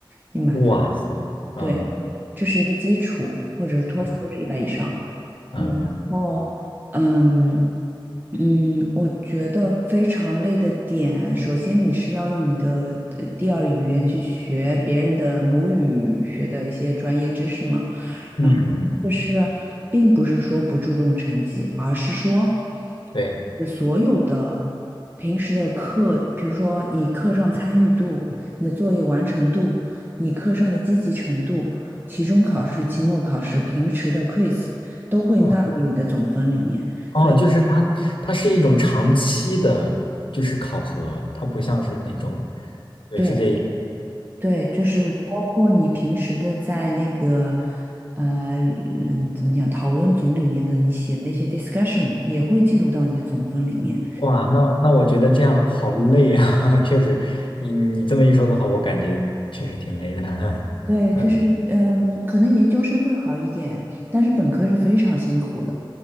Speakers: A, on the right (about 25°); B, on the left (about 70°).
A: 你满分。
B: 哇塞，嗯
A: 对，这是一个基础，或者是托福都是一百以上。
B: 嗯嗯嗯
A: 嗯，然后，嗯嗯，我觉得非常累的点，首先你是要用你的呃第二语言去学别人的母语学的一些专业知识嘛，然后就是并不是说不注重成绩，
B: 嗯嗯，
A: 而是说。
B: 对，
A: 的所有的平时的课，比如说你课上参与度、你的作业完成度、你课上的积极程度、期中考试、期末考试、平时的 quiz 都会纳入你的总分里面。
B: 哦哦，
A: 所以，
B: 就是它，它是一种长期的，就是考核，它不像是那种，对，
A: 对，
B: 是这一，
A: 对对就是包括你平时的在那个呃嗯怎么讲讨论组里面的你写的那些 discussion 也会记录到你的总分里面。
B: 哇，那那我觉得这样好累啊，<laughs> 确实，你你这么一说的话，我感觉确实挺累的，
A: 对，
B: <laughs> 嗯，
A: 就是嗯，可能研究生会好一点，但是本科是非常辛苦的。